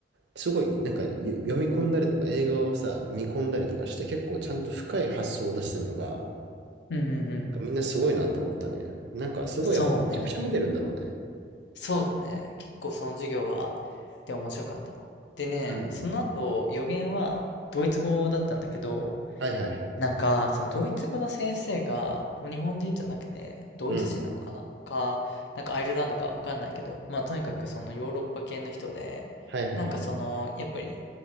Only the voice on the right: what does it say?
すごい、なんか、よ読み込んだりとか、映画をさ、見込んだりとかして、結構ちゃんと深い発想を出してるのが、
なんかみんなすごいなと思ったね。なんか、すごいやっぱりめちゃくちゃ見てるんだろうね。
うん。
はいはいはい。
うん。
うんはいはいはい。